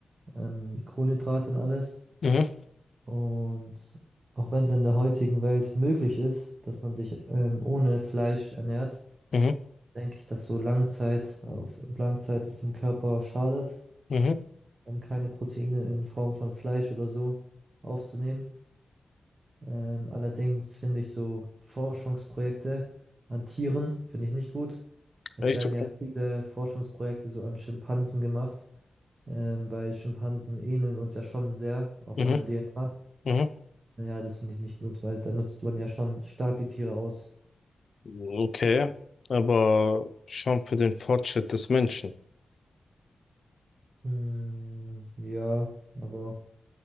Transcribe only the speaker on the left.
mhm,
mhm,
mhm.
Echt
okay.
Mhm,
mhm.
Okay, aber schon für den Fortschritt des Menschen.